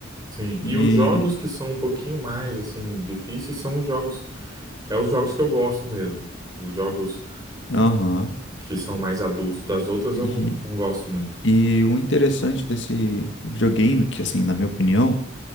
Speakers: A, on the right; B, on the left.
A: Sim,
B: E,
A: e os jogos que são um pouquinho mais assim difíceis são os jogos, é os jogos que eu gosto mesmo. Os jogos
B: aham,
A: que são mais adultos das outras eu
B: e,
A: não, não gosto muito.
B: e o interessante desse videogame, que assim, na minha opinião,